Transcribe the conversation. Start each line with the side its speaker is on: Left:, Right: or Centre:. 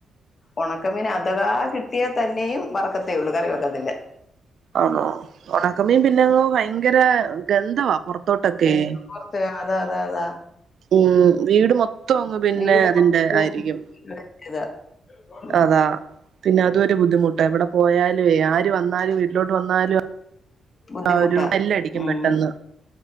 Left: ഒണക്കമീൻ അഥവാ കിട്ടിയാ തന്നെയും വറക്കത്തേ ഒള്ളൂ കറി വെക്കത്തില്ലാ
Right: ആന്നോ ഓണക്കമീൻ പിന്നെ ഭയങ്കര ഗന്ധവാ പൊറത്തോട്ടൊക്കെയെ
Left: എന്താ പുറത്ത് അതാ അതാ അതാ
Right: ഉം വീട് മൊത്തം അങ്ങ് പിന്നെ
Left: വീട്
Right: അതിന്റെ
Left: പുറത്ത്
Right: ആയിരിക്കും
Left: ഇതാ ഉം.
Right: അതാ പിന്നെ അതു ഒരു ബുദ്ധിമുട്ടാ എവിടെ പോയാലുവെ ആര് വന്നാലു ലോട്ട് വന്നാലുവാ
Left: ബുദ്ധിമുട്ടാ
Right: ആ ഒരു സ്മെലടിക്കും
Left: ഉം
Right: പെട്ടെന്ന്.